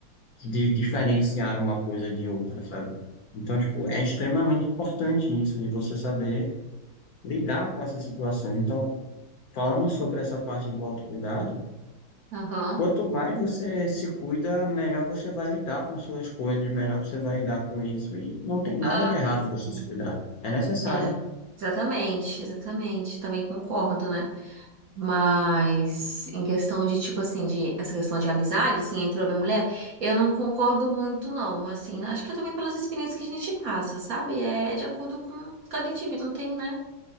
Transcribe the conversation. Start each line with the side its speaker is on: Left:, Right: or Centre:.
Left: de diferenciar uma coisa de outra, sabe? Então, tipo, é extremamente importante isso, de você saber lidar com essas situações. Então, falando sobre essa parte do autocuidado,
Right: aham.
Left: quanto mais você se cuida, melhor você vai lidar com suas coisas, melhor você vai lidar com isso. E não tem nada
Right: Ah,
Left: de errado
Right: sim.
Left: você se cuidar. É necessário.
Right: É, exatamente, exatamente. Também concordo, né? Mas em questão de, tipo assim, de essa questão de amizade, assim, entre homem e mulher, eu não concordo muito, não. Assim, acho que é também pelas experiências que a gente passa, sabe? É, é de acordo com cada indivíduo, não tem, né?